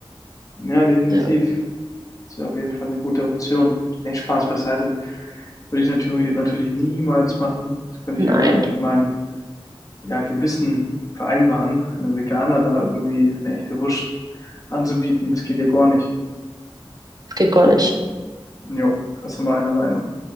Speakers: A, on the left; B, on the right.
A: Ja, definitiv.
B: Ja,
A: Das wäre auf jeden Fall eine gute Option. Nee, Spaß beiseite. Würde ich natürlich, natürlich niemals machen. Das könnte
B: nein,
A: ich ja gar nicht mit meinem ja, Gewissen vereinbaren, einem Veganer da irgendwie eine echte Wurst anzubieten. Das geht ja gar nicht.
B: das geht gar nicht.
A: Jo, das sind wir einer Meinung.